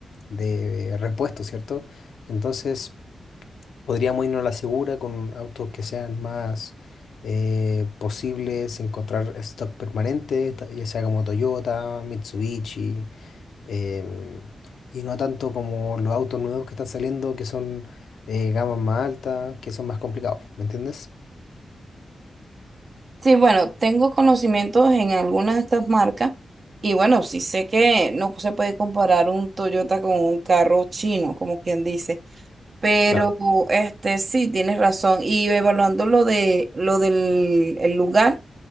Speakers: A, on the left (about 90°); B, on the right (about 45°).
A: de repuestos, ¿cierto? Entonces... Podríamos irnos a la segura con autos que sean más eh, posibles, encontrar stock permanente, ta- ya sea como Toyota, Mitsubishi, em, y no tanto como los autos nuevos que están saliendo, que son eh, gamas más altas, que son más complicados, ¿me entiendes?
B: Sí, bueno, tengo conocimientos en algunas de estas marcas y bueno, sí sé que no se puede comparar un Toyota con un carro chino, como quien dice Pero
A: Claro,
B: este sí, tienes razón. Y evaluando lo de lo del el lugar,